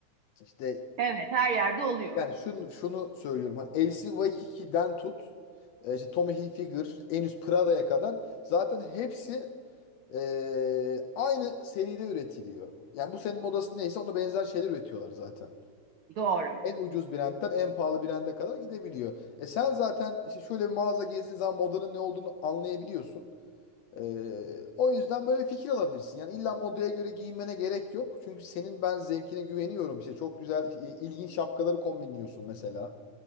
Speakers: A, on the left; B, on the right.
A: işte
B: Evet, her yerde oluyor.
A: Yani şunu, şunu söylüyorum. Hani Elsi Waikiki'den tut. e, işte Tommy Hilfiger, işte en üst Prada'ya kadar zaten hepsi e, aynı seride üretiliyor. Yani bu senin modası neyse ona benzer şeyler üretiyorlar zaten.
B: Doğru.
A: En ucuz brandten en pahalı brande kadar gidebiliyor. E sen zaten işte şöyle bir mağaza gezdiğin zaman modanın ne olduğunu anlayabiliyorsun. E, o yüzden böyle fikir alabilirsin. Yani illa modaya göre giyinmene gerek yok. Çünkü senin ben zevkine güveniyorum. İşte çok güzel, e, ilginç şapkaları kombinliyorsun mesela.